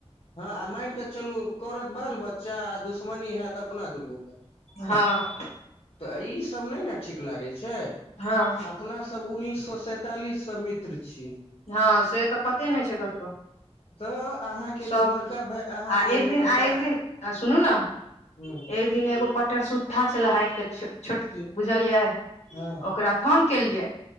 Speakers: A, on the left; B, on the left.
A: हँ आ मानिकऽ चलू करत बाल बच्चा आ दुश दुश्मनी होयत अपना दुनू ग
B: हँ
A: तऽ ई सब नहि ने ठीक लागै छै
B: हँ
A: अपना सब उन्ननीस स सैंतालिस से मित्र छी
B: हँ से तऽ पते नहि छै ककरो
A: तऽ अहाँके
B: सब
A: जे बड़का भ अहाँके
B: आ एक
A: जे
B: दिन
A: बड़का
B: आ एक दिन आ सुनू ने
A: ह
B: एक दिन एगो पट्टर सुठा छला हाइट के छोटकी बुझलियै
A: हँ
B: ओकरा फोन केलियै